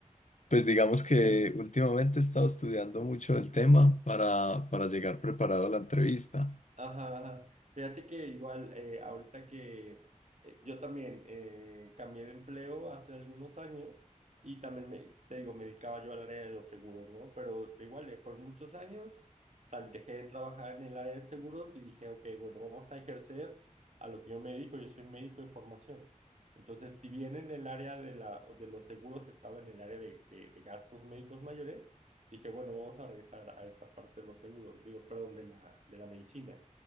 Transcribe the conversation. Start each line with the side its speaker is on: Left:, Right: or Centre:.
Left: pues digamos que últimamente he estado estudiando mucho el tema para, para llegar preparado a la entrevista.
Right: Ajá, ajá. Fíjate que igual eh, ahorita que eh, yo también eh, cambié de empleo hace algunos años y también me, te digo, me dedicaba yo al área de los seguros, ¿no? Pero de igual, eh, por muchos años sal- dejé de trabajar en el área de seguros y dije, ok, bueno, vamos a ejercer a lo que yo me dedico, yo soy médico de formación. Entonces, si bien en el área de, la, de los seguros estaba en el área de, de de gastos médicos mayores, dije, bueno, vamos a regresar a esta parte de los seguros, digo, perdón, de la, de la medicina.